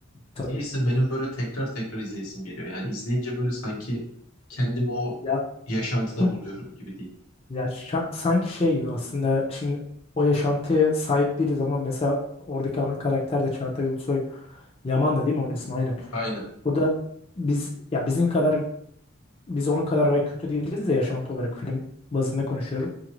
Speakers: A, on the left; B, on the left.
A: Tabii.
B: Neyse benim böyle tekrar tekrar izleyesim geliyor. Yani izleyince böyle sanki kendimi o
A: Ya
B: yaşantıda
A: hıh.
B: buluyorum gibi diyeyim.
A: ya şa- sanki şey gibi aslında şimdi o yaşantıya sahip değiliz ama mesela oradaki ana karakter de Çağatay Ulusoy Yaman da değil mi onun ismi aynen.
B: Aynen,
A: O da biz ya bizim kadar biz onun kadar belki kötü değiliz de yaşantı olarak film bazında konuşuyorum.